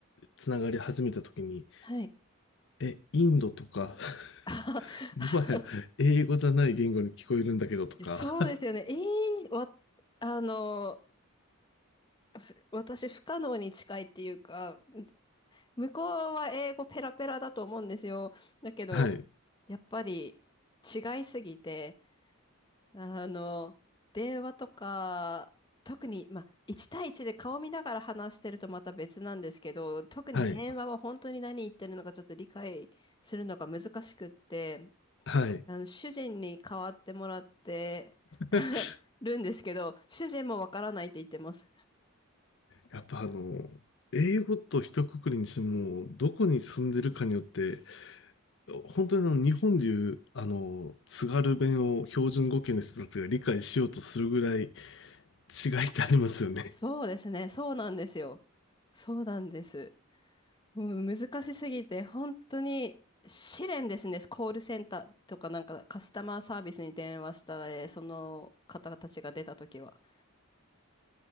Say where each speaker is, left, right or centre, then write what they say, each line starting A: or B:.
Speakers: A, on the left; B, on the left.
A: つながり始めた時に、
B: はい。
A: え、インドとか、<laughs>
B: <laughs>
A: もはや英語じゃない言語に聞こえるんだけどとか、
B: そうですよね。ええ、わ、あの、ふ私不可能に近いっていうか、向こうは英語ペラペラだと思うんですよ。だけど、
A: <laughs> はい、
B: やっぱり違いすぎて、あの、電話とか、特に、まあ、1対1で顔見ながら話してるとまた別なんですけど、特に電話は本当に何言ってるのかちょっと理解するのが難しくって、
A: はい、はい。
B: あの、主人に代わってもらって <laughs>
A: <laughs>
B: るんですけど、主人もわからないって言ってます。
A: やっぱあの、英語と一括りにしても、どこに住んでるかによって、本当にあの、日本でいう、あの、津軽弁を標準語圏の人たちが理解しようとするぐらい違いってありますよね。
B: そうですね。そうなんですよ。そうなんです。うん難しすぎて、本当に試練ですね。コールセンターとかなんかカスタマーサービスに電話したら、えーその方たちが出たときは。